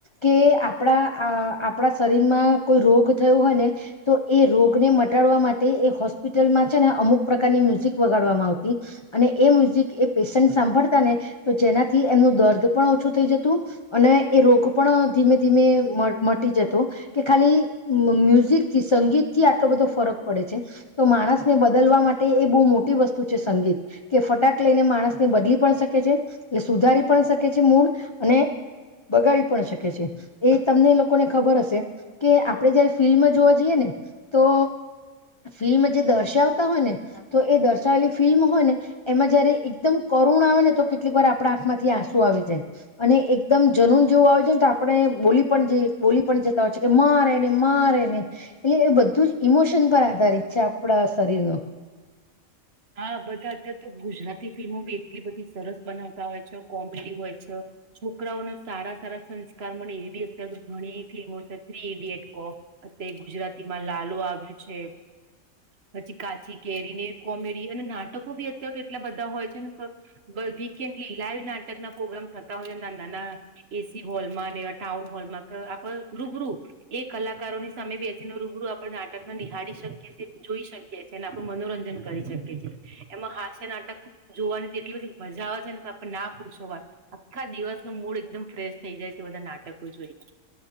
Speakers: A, on the left (about 50°); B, on the right (about 50°).
A: કે આપણા આ આપણા શરીરમાં કોઈ રોગ થયો હોય ને તો એ રોગને મટાડવા માટે એ હોસ્પિટલમાં છે ને અમુક પ્રકારની મ્યુઝિક વગાડવામાં આવતી અને એ મ્યુઝિક એ પેશન્ટ સાંભળતા ને તો જેનાથી એમનું દર્દ પણ ઓછું થઈ જતું અને એ રોગ પણ ધીમે ધીમે મટી જતો કે ખાલી મ્યુઝિક થી સંગીત થી આટલો બધો ફરક પડે છે તો માણસને બદલવા માટે એ બહુ મોટ સંગીત કે ફટાક લઈને માણસને બદલી પણ શકે છે એટલે સુધારી પણ શકે છે મૂળ અને બગાડી પણ શકે છે એ તમને એ લોકોને ખબર હશે કે આપણે જયારે ફિલ્મ જોવા જઈએ ને તો ફિલ્મ જે દર્શાવતા હોય ને તો એ દર્શ વેલી લ ફિલ્મ હોય ને એમાં જયારે એકદમ કરુણ આવે ને તો કેટલીક વાર આપણા આંખમાંથી આંસુ આવી જાય અને એકદમ જનુન જેવું આવે જાય ને તો આપણે બોલી પણઈ બોલી પણ જતા હોય છે કે મારે ને મારે ને એટલે એ બધું જ ઈમોશન પર આધારિત છે આપણા શરીર નો.
B: હા બધા અત્યારે તો ગુજરાતી ફિલ્મો બી એટલી બધી સરસ બનાવતા હોય છે કોમેડી હોય છે છોકરાઓના સારા સારા સંસ્કાર મળે એવી અત્યારે તો ઘણી ફિલ્મો છે થ્રી ઈડિયટ કો અ ગુજરાતીમાં લાલો આવ્યું છે પછી કાચી કેરીને કોમેડી અને નાટકો બી અત્યારે તો એટલા બધા હોય છે ને વીકેન્ડલી લાઈવ નાટક ના પ્રોગ્રામ થતા હોય છે ના નાના એસી હોલમાં ને ટાઉન હોલમાં કે આપડ રૂબરૂ એ કલાકારોની સામે બેસીને રૂબરૂ આપણે નાટકને નિહાળી શકીએ છીએ જોઈ શકીએ છીએ અને આપણું મનોરંજન કરી શકીએ છીએ એમાં હાસ્ય નાટક જોવાની તો એટલી બધી મજા આવે છે ને કે આપણે ના પૂછવા આખા દિવસ ન મૂડ એકદમ ફ્રેશ થઈ જાય છે બધા નાટકો જોઈને.